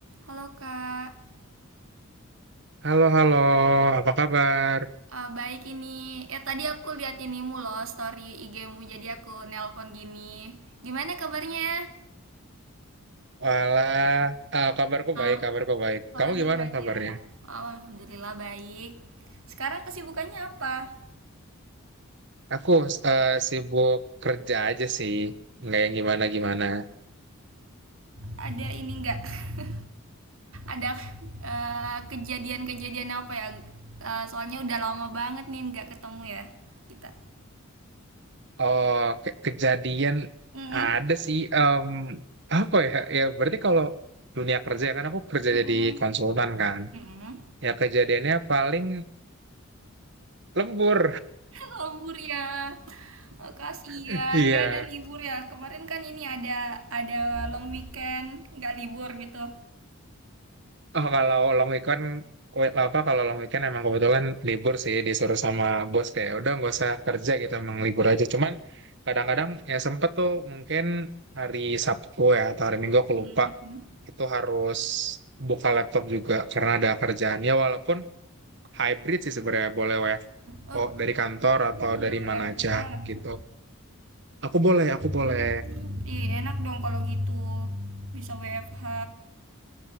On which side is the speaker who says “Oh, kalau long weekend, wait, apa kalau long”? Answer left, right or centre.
Right